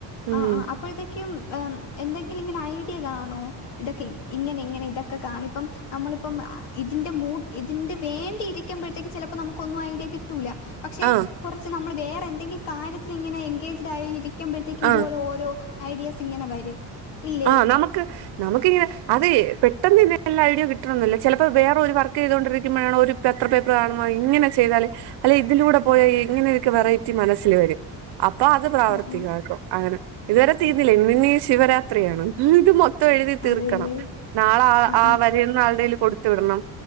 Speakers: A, on the right (about 80°); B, on the left (about 85°).
A: ഉം
B: ആഹ് ആഹ് അപ്പോഴത്തേക്കും എന്തെങ്കിലും ഇങ്ങനെ ഐഡിയ കാണുവോ ഇതൊക്കെ ഇങ്ങനെ ഇങ്ങനെ ഇതൊക്കെ കാണിപ്പം നമ്മളിപ്പം ഇതിന്റെ മൂ ഇതിന്റെ വേണ്ടി ഇരി ക്കുമ്പോഴത്തേക്ക് ചിലപ്പോ നമുക്ക് ഒന്നും ഐഡിയ കിട്ടൂല പക്ഷെ
A: ആഹ്
B: കുറച്ച് നമ്മൾ വേറെ എന്തെങ്കിലും കാര്യത്തിൽ ഇങ്ങനെ എൻഗേജ്ഡ് ആയിരിക്കുമ്പോഴത്തേക്ക്
A: ആഹ്
B: ഇതുപോലെ ഓരോ ഐഡിയാസിങ്ങനെ വരും ഇല്ലേ
A: ആഹ് നമു നമുക്കിങ്ങനെ അതെ പെട്ടന്നല്ല ഐഡിയ കിട്ടണമെന്നില്ല ചിലപ്പോ വേറെ ഒരു വർക്ക് ചെയ്തൊണ്ടിരിക്കുമ്പോഴാണോ ഒരു എത്ര പേപ്പർ കാണുമോ ഇങ്ങനെ ചെയ്താൽ അല്ലെ ഇതിലൂടെ പോയ ഇങ്ങനെയൊക്കെ വെറൈറ്റി മനസ്സിൽ വരും അപ്പൊ അത് പ്രാവർത്തികാക്കും
B: ആഹ് ആഹ്
A: അങ്ങനെ ഇതുവരെ തീർന്നില്ല ഇന്ന് ഇനി ശിവരാത്രി ത്രിയാണ് ഇന്ന് മൊത്തം എഴുതി തീർക്കണം
B: അതെല്ലേ
A: നാളെ
B: ആഹ്
A: ആവ
B: ആഹ്
A: എഴുതുന്ന ആളുടെ കൈയ്യിൽ കൊടുത്തുവിടണം